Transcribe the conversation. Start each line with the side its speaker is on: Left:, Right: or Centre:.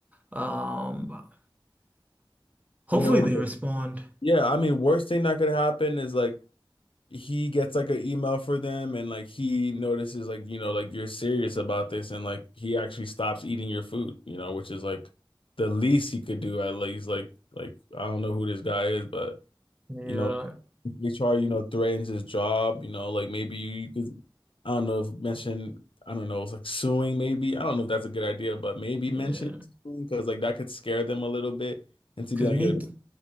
Right: Um, hopefully
Left: You know,
Right: they respond.
Left: yeah, I mean, worst thing that could happen is like he gets like an email for them, and like he notices like you know like you're serious about this, and like he actually stops eating your food, you know, which is like the least he could do at least. Like like I don't know who this guy is, but.
Right: Yeah,
Left: You know, HR, you know, threatens his job, you know, like maybe you, you could, I don't know, if mention, I don't know, it's like suing maybe. I don't know if that's a good idea, but maybe
Right: yeah,
Left: mention suing because like that could scare them a little bit and to
Right: because
Left: be like,
Right: me,
Left: yo,